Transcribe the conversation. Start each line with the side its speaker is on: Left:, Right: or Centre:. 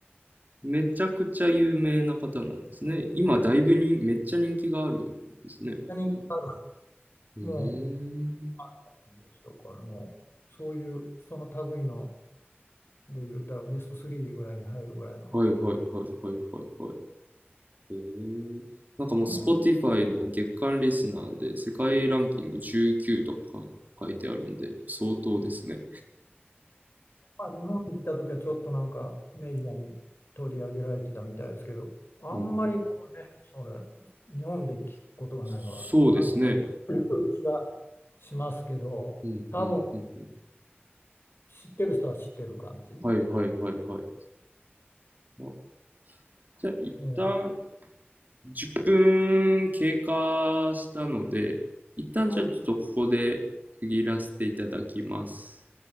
Right: めちゃくちゃ有名な方なんですね。今だいぶに、めっちゃ人気があるんですね。
Left: ィ。人気がある。
Right: うーん。
Left: もう、あなんでしょうかね、もう、そういう、その類ので言ったらベスト3ぐらいに入るぐらいの、
Right: はいはいはいはいはいはい。へえなんかもう Spotify
Left: 日本
Right: の月間リスナーで世界ランキング19とか書いてあるんで、相当ですね。
Left: まあ、日本に来た時はちょっとなんかメディアに取り上げられてたみたいですけど、あんまりこうね、
Right: はいはい
Left: それ、日本で聞くことがないのは、
Right: そうですね。
Left: なぜかという気がしますけど、
Right: うんうんうんうん。
Left: 多分知ってる人は知ってる感じ。
Right: はいはいはいはい。あじゃあ一旦
Left: うん、
Right: 10分経過したので、一旦じゃあちょっとここで区切らせていただきます。
Left: はい